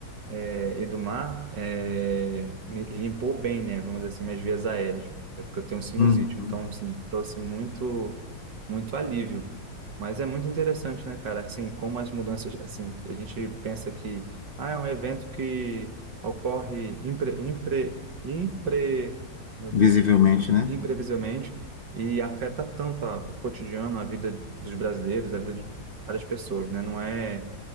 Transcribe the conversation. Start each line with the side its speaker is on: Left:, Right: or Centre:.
Right: é, Edumar é, me limpou bem, né? Vamos dizer assim, minhas vias aéreas, é porque eu tenho sinusite,
Left: Uhum.
Right: então assim, trouxe muito, muito alívio. Mas é muito interessante, né, cara? Assim, como as mudanças, assim, a gente pensa que ah, é um evento que ocorre impre, impre, impre, meu Deus,
Left: Visivelmente, né?
Right: imprevisivelmente e afeta tanto a- o cotidiano, a vida dos brasileiros, a vida de várias pessoas, né? Não é